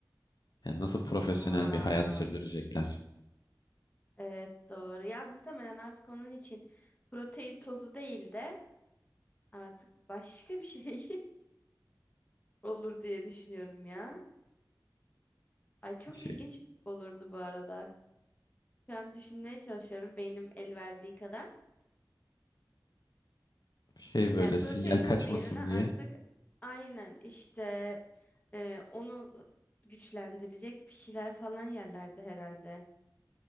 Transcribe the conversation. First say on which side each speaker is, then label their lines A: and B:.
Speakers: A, on the left; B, on the left.
A: Yani nasıl profesyonel
B: Aa,
A: bir hayat sürdürecekler?
B: evet doğru. Ya muhtemelen artık onun için protein tozu değil de artık başka bir şey <laughs> olur diye düşünüyorum ya. Ay çok
A: Şey,
B: ilginç olurdu bu arada. Şu an düşünmeye çalışıyorum beynim el verdiği kadar.
A: şey böyle
B: Yani protein
A: sinyal kaçmasın
B: tozu yerine artık
A: diye.
B: aynen işte e, onu güçlendirecek bir şeyler falan yerlerde herhalde.